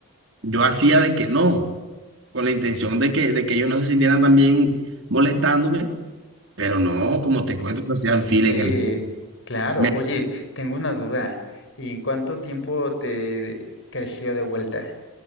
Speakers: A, on the right; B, on the left.
A: yo hacía de que no, con la intención de que, de que ellos no se sintieran también molestándome, pero no, como te cuento, pues, hacían fila
B: Sí,
A: en el...
B: claro.
A: me-
B: Oye, tengo una duda. ¿Y en cuánto tiempo te de- creció de vuelta?